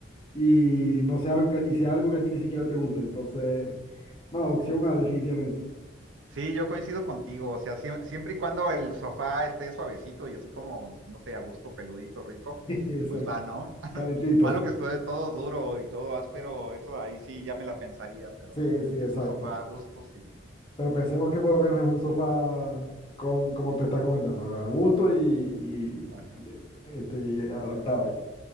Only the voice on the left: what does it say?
y no sea algo que, y sea algo que a ti ni siquiera te guste. Entonces, no, opción A definitivamente.
<laughs> Exacto,
calentito.
Sí, sí,
exacto.
Pero pensemos que por lo menos es un sofá con, como tú estás comentando, a gusto y, y,
este, y adaptable.